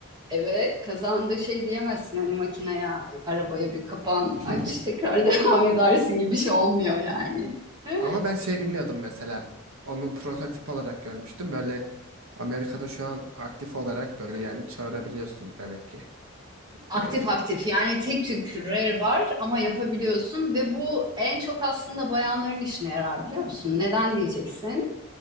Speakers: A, on the right; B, on the right.
A: evet kazanda şey diyemezsin hani makineye arabaya bir kapan
B: <laughs>
A: aç tekrar <laughs> devam edersin gibi bir şey olmuyor yani. <laughs>
B: Ama ben şey bilmiyordum mesela. Onun prototip olarak görmüştüm. Böyle Amerika'da şu an aktif olarak böyle yani çağırabiliyorsun demek ki.
A: Aktif
B: Ee,
A: aktif yani tek tük rare var ama yapabiliyorsun ve bu en çok aslında bayanların işine yarar biliyor musun? Neden diyeceksin?